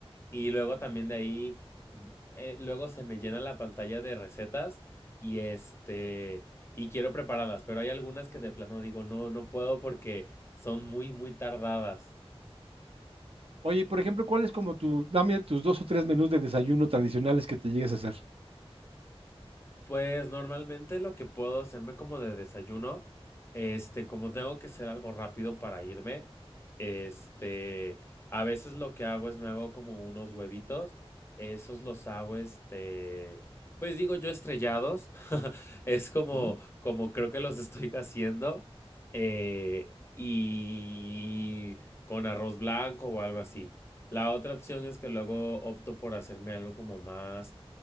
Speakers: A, on the left; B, on the right.
A: y luego también de ahí, eh, luego se me llena la pantalla de recetas y este, y quiero prepararlas, pero hay algunas que de plano digo, no, no puedo porque son muy, muy tardadas.
B: Oye, por ejemplo, ¿cuál es como tu, dame tus dos o tres menús de desayuno tradicionales que te llegues a hacer?
A: Pues normalmente lo que puedo hacerme como de desayuno, este, como tengo que hacer algo rápido para irme, este, a veces lo que hago es me hago como unos huevitos, esos los hago, este, pues digo yo estrellados, <laughs> es como,
B: Ujú.
A: como creo que los estoy haciendo, eh, y con arroz blanco o algo así. La otra opción es que luego opto por hacerme algo como más